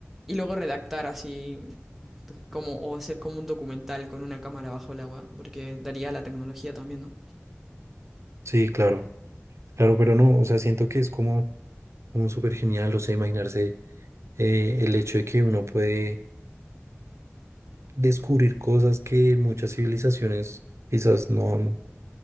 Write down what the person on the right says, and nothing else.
sí, claro, claro, pero no, o sea, siento que es como, como súper genial, o sea, imaginarse eh, el hecho de que uno puede descubrir cosas que muchas civilizaciones quizás no han,